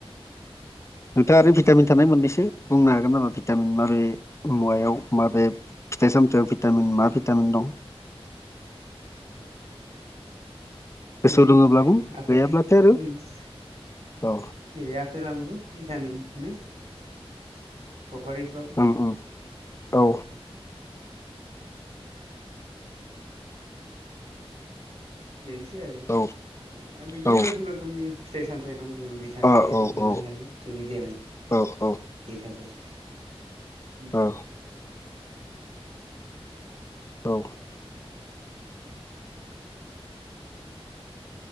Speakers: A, on the left; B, on the right.
A: नोंथाङा आरो भिटामिन थानाय मोननैसो बुंनो हागोन नामा भिटामिन माबे मुवायाव माबे फिथाइ सामथायाइाव भिटामिन मा भिटामिन दं ।
B: ए
A: गोसोआव
B: जेरै
A: दङब्ला बुं
B: आफेल
A: गैयाब्लाथाय आरो
B: जेरै
A: औ
B: आपेेल आंगुर भिटामिनमोनो सफारिफ्राव
A: ओं ओं औ
B: उम बेनोसै आरो ना
A: औ
B: आरो बिदिनो
A: औ
B: रोखोम रोखोमनि फिथाइ सामथाय जोङो भिटामिन
A: अ
B: जेरै
A: औ
B: मोननो
A: औ
B: हायो जोंनि देहानि
A: औ औ
B: थाखाय । उम
A: औ औ